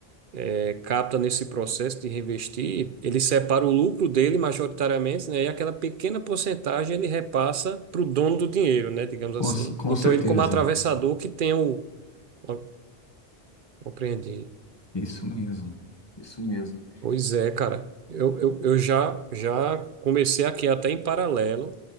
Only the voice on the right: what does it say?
é, capta nesse processo de reinvestir, ele separa o lucro dele majoritariamente, né, e aquela pequena porcentagem ele repassa para o dono do dinheiro, né, digamos
assim.
Então
ele como atravessador que tem o... ó, Compreendi.
Pois é, cara. Eu, eu, eu já, já comecei aqui até em paralelo